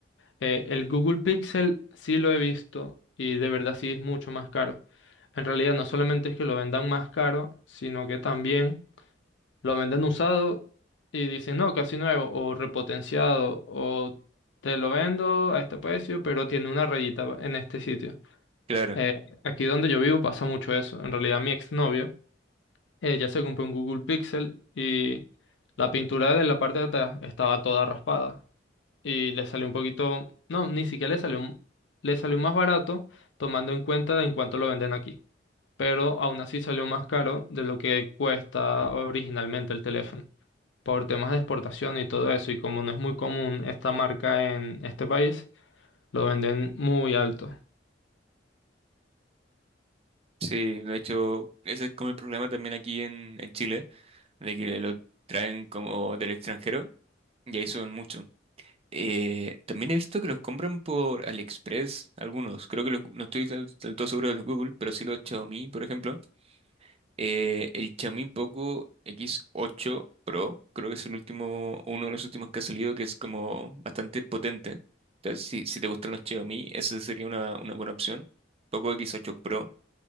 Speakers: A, on the left (about 80°); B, on the right (about 35°).
A: Eh, el Google Pixel sí lo he visto y de verdad sí es mucho más caro. En realidad no solamente es que lo vendan más caro, sino que también... Lo venden usado y dicen, no, casi nuevo, o repotenciado, o te lo vendo a este precio, pero tiene una rayita en este sitio.
B: Claro,
A: Eh, aquí donde yo vivo pasa mucho eso. En realidad, mi exnovia, ella se compró un Google Pixel y la pintura de la parte de atrás estaba toda raspada. Y le salió un poquito, no, ni siquiera le salió, un- le salió más barato, tomando en cuenta en cuánto lo venden aquí. Pero aún así salió más caro de lo que cuesta originalmente el teléfono por temas de exportación y todo eso, y como no es muy común esta marca en este país, lo venden muy alto.
B: sí, de hecho, ese es como el problema también aquí en, en Chile, de que lo traen como del extranjero y ahí suben mucho. Eh, también he visto que los compran por AliExpress, algunos. Creo que los- no estoy del, del todo seguro de los Google, pero sí los Xiaomi, por ejemplo. Eh, el Xiaomi Poco X8 Pro, creo que es el último, uno de los últimos que ha salido, que es como bastante potente. Entonces, si, si te gustan los Xiaomi, esa sería una, una buena opción. Poco X8 Pro.